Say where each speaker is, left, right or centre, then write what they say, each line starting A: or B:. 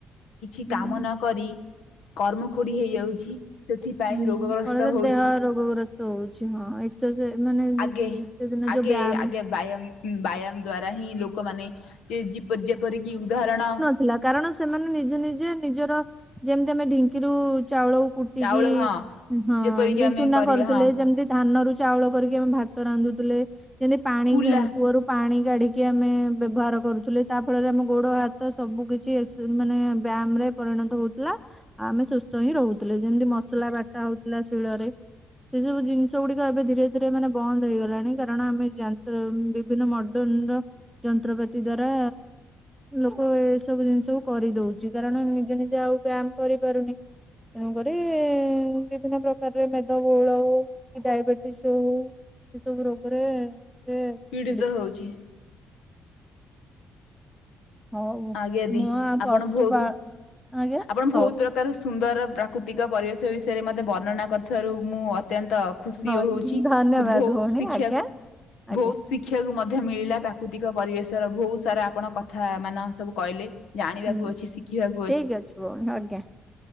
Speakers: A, on the left; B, in the centre.
A: କିଛି
B: ହୁଁ।
A: କାମ ନ କରି କର୍ମ ଖୋଡି ହେଇଯାଉଛି। ସେଥିପାଇଁ
B: ହୁଁ
A: ରୋଗଗ୍ରସ୍ତ
B: ଫଳରେ
A: ହଉଛି
B: ଦେହ ରୋଗ ଗ୍ରସ୍ତ ହଉଛି ହଁ ଏକ୍ସରସାଇଜ ମାନେ ସେଦିନ
A: ଆଗେ ଆଗେ
B: ଯଉ ବ୍ୟାୟାମ
A: ଆଗେ ବ୍ୟାୟାମ ବ୍ୟାୟାମ ଦ୍ଵାରା ହିଁ ଲୋକମାନେ ଯେପରିକି ଉଦାହରଣ
B: ଥିଲା କାରଣ ସେମାନେ ନିଜେ ନିଜେ ନିଜର ଯେମିତି ଆମେ ଢିଙ୍କିରୁ ଚାଉଳକୁ ଟିକି
A: ଚାଉଳ ହଁ
B: ହଁ
A: ଯେପରିକି
B: ଯେ
A: ଆମେ
B: ଚୁନା
A: କରିବା
B: କରୁଥିଲେ
A: ହଁ
B: ଯେମିତି ଧାନରୁ ଚାଉଳ କରିକି ଆମେ ଭାତ ରାନ୍ଧୁଥିଲେ ଯେମିତି ପାଣି
A: କୁଲା
B: କୂଅରୁ ପାଣି କାଢିକି ଆମେ ବ୍ୟବହାର କରୁଥିଲେ ତା ଫଳରେ ଆମ ଗୋଡ ହାତ ସବୁ କିଛି ମାନେ ବ୍ୟାୟାମ ରେ ପରିଣତ ହଉଥିଲା ଆଉ ଆମେ ସୁସ୍ଥ ହିଁ ରହୁଥିଲେୁ ଯେମିତି ମସଲା ବାଟା ହଉଥିଲା ଶିଳରେ ସେ ସବୁ ଜିନିଷ ଗୁଡିକ ଏବେ ଧୀରେ ଧୀରେ ମାନେ ବନ୍ଦ ହେଇଗଲାଣି କାରଣ ଆମେ ଯନ୍ତ ବିଭିନ୍ନ ଡନ୍ ର ଯନ୍ତ୍ରପାତି ଦ୍ଵାରା ଲୋକ ଏସବୁ ଜିନିଷ କୁ କରିଦଉଛି କାରଣ ନିଜେ ନିଜେ ଆଉ ବ୍ୟାୟାମ କରିପାରୁନି ତେଣୁକରି ବିଭିନ୍ନ ପ୍ରକାରରେ ମେଦ ବହୁଳଉ ଡାଇବେଟିସ ହଉ ଏ ସବୁ ରୋଗରେ ସେ
A: ପୀଡ଼ିତ
B: ପୀଡିତ।
A: ହଉଛି।
B: ହଉ
A: ଆଜ୍ଞା ଦି
B: ମୁଁ ଆ
A: ଆପଣ
B: ପଶୁପାଳ
A: ବହୁତ
B: ଆଜ୍ଞା
A: ଆପଣ ବହୁତ
B: ହଉ।
A: ପ୍ରକାର ସୁନ୍ଦର ପ୍ରାକୃତିକ ପରିବେଶ ବି ରେ ମତେ ବର୍ଣନା କରିୁଥିବାରୁ ମୁଁ ଅତ୍ୟନ୍ତ ଖୁସି
B: ହଉ
A: ହଉଛି
B: ଧନ୍ୟବାଦ
A: ମତେ ବହୁତ
B: ଭଉଣୀ
A: ଶିଖିବାକୁ
B: ଆଜ୍ଞା ଆଜ୍ଞା।
A: ଶିକ୍ଷିବାକୁ ମଧ୍ୟ ମିଳିଲା ପ୍ରାକୃତିକ ପରିବେଶର ବହୁ ସାରା ଆପଣ କଥା ମାନ ସବୁ କହିଲେ ଜାଣିବାକୁ
B: ହୁଁ
A: ଅଛି ଶିଖିବାକୁ
B: ଠିକ ଅଛି ଭଉନ ଆଜ୍ଞା